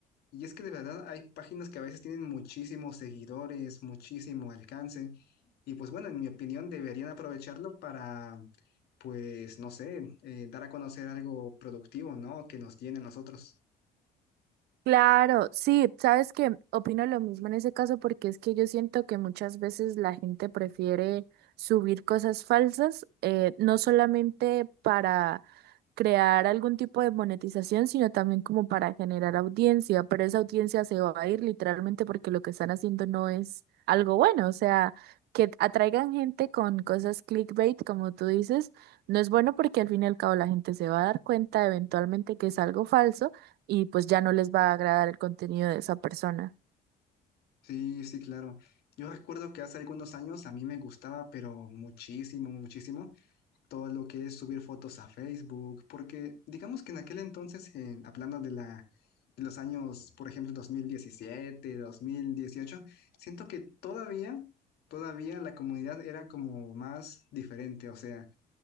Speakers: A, on the left; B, on the right.
A: y es que de verdad hay páginas que a veces tienen muchísimos seguidores, muchísimo alcance. Y pues bueno, en mi opinión deberían aprovecharlo para, pues no sé, eh, dar a conocer algo productivo, ¿no? Que nos llene a nosotros.
B: Claro, sí, sabes que opino lo mismo en ese caso porque es que yo siento que muchas veces la gente prefiere subir cosas falsas, eh, no solamente para crear algún tipo de monetización, sino también como para generar audiencia, pero esa audiencia se va a ir literalmente porque lo que están haciendo no es algo bueno, o sea, que atraigan gente con cosas clickbait, como tú dices, no es bueno porque al fin y al cabo la gente se va a dar cuenta eventualmente que es algo falso y pues ya no les va a agradar el contenido de esa persona.
A: Sí, sí, claro. Yo recuerdo que hace algunos años a mí me gustaba, pero muchísimo, muchísimo, todo lo que es subir fotos a Facebook, porque digamos que en aquel entonces, en- hablando de la, de los años, por ejemplo, dos dos mil diecisiete, dos mil dieciocho, siento que todavía, todavía la comunidad era como más diferente, o sea,